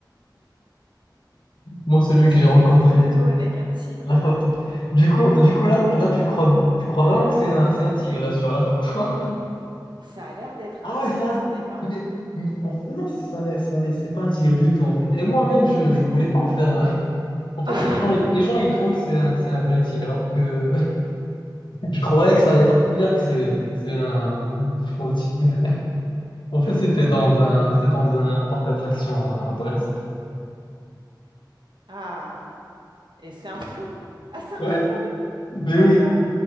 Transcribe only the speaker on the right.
Qu'est-ce
que
c'est que cette photo avec un tigre
là?
Ça a l'air d'être
un tigre,
c'en est pas
un?
<laughs>
<laughs>
Ah! Et c'est un fou! Ah, c'est un
fou!
D'accord.